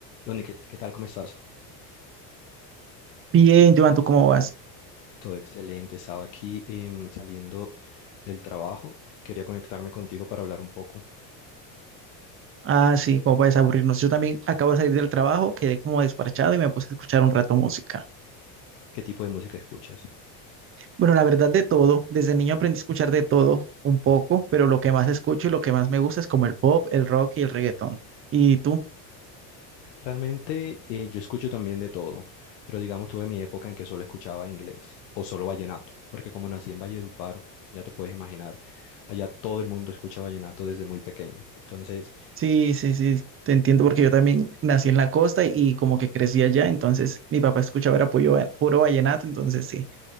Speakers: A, on the left (about 80°); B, on the right (about 30°).
A: Donny, ¿qué, qué tal? ¿Cómo estás?
B: Bien, Joan, ¿tú cómo vas?
A: Todo excelente. Estaba aquí em, saliendo del trabajo. Quería conectarme contigo para hablar un poco.
B: Ah, sí, cómo puedes aburrirnos. Yo también acabo de salir del trabajo, quedé como desparchado y me puse a escuchar un rato música.
A: ¿Qué tipo de música escuchas?
B: Bueno, la verdad de todo, desde niño aprendí a escuchar de todo un poco, pero lo que más escucho y lo que más me gusta es como el pop, el rock y el reggaetón. ¿Y tú?
A: Realmente eh, yo escucho también de todo, pero digamos tuve mi época en que solo escuchaba inglés o solo vallenato, porque como nací en Valledupar, ya te puedes imaginar, allá todo el mundo escucha vallenato desde muy pequeño. Entonces,
B: Sí, sí, sí, te entiendo porque yo también nací en la costa y y como que crecí allá, entonces mi papá escuchaba era puro, va- puro vallenato, entonces sí,